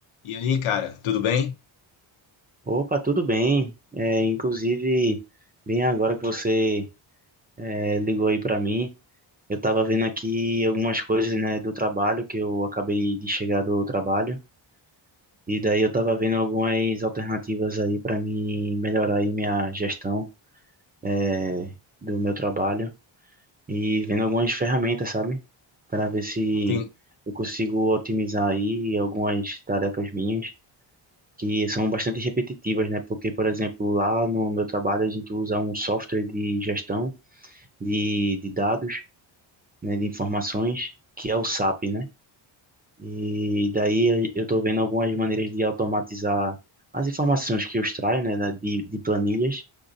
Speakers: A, on the left (about 80°); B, on the right (about 20°).
A: E aí, cara, tudo bem?
B: Opa, tudo bem? É, inclusive, bem agora que você é, ligou aí para mim, eu estava vendo aqui algumas coisas, né, do trabalho, que eu acabei de chegar do trabalho, e daí eu estava vendo algumas alternativas aí para mim melhorar aí minha gestão é, do meu trabalho, e vendo algumas ferramentas, sabe? Para ver se
A: Tem-
B: eu consigo otimizar aí algumas tarefas minhas. que são bastante repetitivas, né? Porque, por exemplo, lá no meu trabalho a gente usa um software de gestão de, de dados, né? De informações, que é o SAP, né? E daí eu estou vendo algumas maneiras de automatizar as informações que eu extraio, né? da- De, de planilhas,